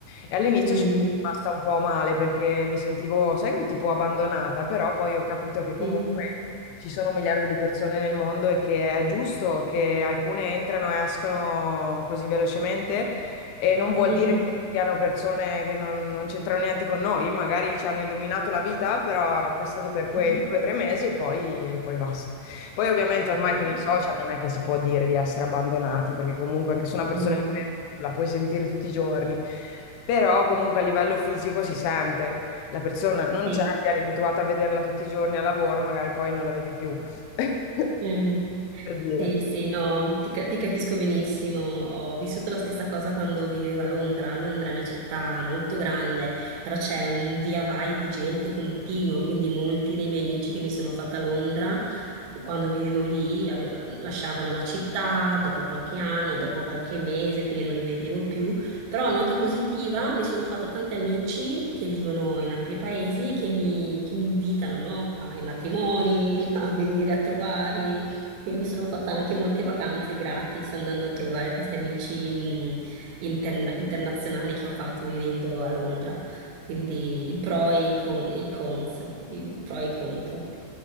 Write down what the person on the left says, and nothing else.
E all'inizio
ci sono rimasta un po' male perché mi sentivo, sai, tipo abbandonata, però poi ho capito che comunque
ci sono un miliardo di persone nel mondo e che è giusto che alcune entrano e escano così velocemente e non vuol
dire che siano persone che non, non c'entrano niente con noi, magari ci hanno illuminato la vita, però è stato per quei
due o tre mesi e poi, e poi basta. Poi ovviamente ormai
con i social non è che si può dire di essere abbandonati, perché comunque anche se una persona
è inferma, la puoi sentire tutti i giorni, però comunque a livello fisico si sente. La persona non
c'è, che eri abituata a vederla tutti i giorni al lavoro, magari poi non la vedi più, <laughs> per
dire.